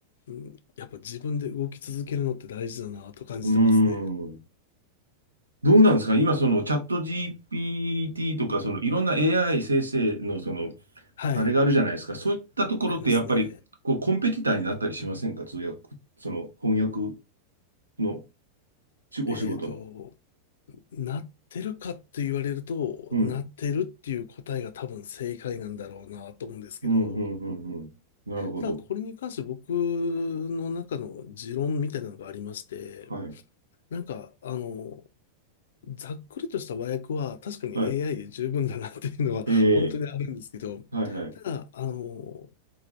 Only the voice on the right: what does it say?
ーん。どうなんですか今、そのチャット GPT とか、そのいろんな AI 生成のその
あれがあるじゃないですか。そういったところってやっぱりこうコンペティターになったりしませんか通訳、
その翻訳のしお仕事の。
うん。
うん、うん、うん、うん。なるほど。
はい。
はい。
ええ
はい、はい。